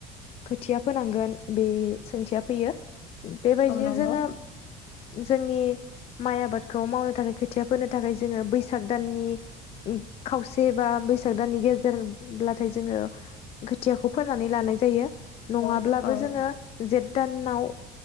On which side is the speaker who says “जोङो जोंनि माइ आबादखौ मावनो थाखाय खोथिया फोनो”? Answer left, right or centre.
Left